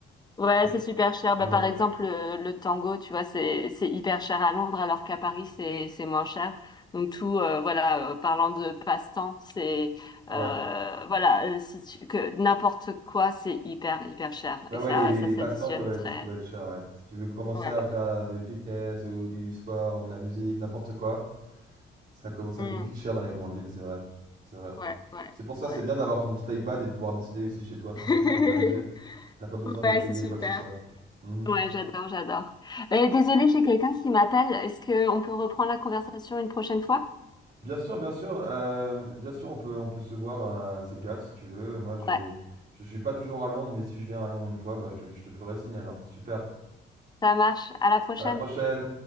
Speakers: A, on the left; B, on the right.
A: Ouais,
B: C'est que-
A: c'est super cher.
B: Ouais.
A: Bah, par exemple, le, le tango, tu vois, c'est c'est hyper cher à Londres, alors qu'à Paris, c'est c'est moins cher. Donc tout, euh, voilà, euh, parlant de passe-temps, c'est
B: Ouais.
A: euh, voilà, euh, si tu, que n'importe quoi, c'est hyper hyper cher
B: Bah
A: et
B: ouais,
A: ça
B: les, les,
A: ça
B: les
A: s'additionne
B: passe-temps peuvent être,
A: très.
B: peuvent être chers, ouais. Si tu veux commencer
A: Ouais.
B: à faire du fitness ou du sport ou de la musique, n'importe quoi, ça commence, ça
A: Mm.
B: coûte vite cher dans les grandes villes, c'est vrai. C'est vrai.
A: Ouais, ouais,
B: C'est pour ça,
A: ouais.
B: c'est bien d'avoir ton petit iPad et de pouvoir décider aussi chez toi, tranquille,
A: <laughs>
B: pour t'amuser. T'as pas besoin de
A: Ouais,
B: payer
A: c'est super.
B: quoi que ce soit. Mhm.
A: Ouais, j'adore, j'adore. Euh, désolée, j'ai quelqu'un qui m'appelle. Est-ce que on peut reprendre la conversation une prochaine fois?
B: Bien sûr, bien sûr, euh, bien sûr, on peut, on peut se voir à un de ces quatre si tu veux. Moi, je,
A: Ouais,
B: je suis pas toujours à Londres, mais si je viens à Londres une fois, bah, je te, je te ferai signe alors. Super.
A: ça marche. À la prochaine.
B: À la prochaine.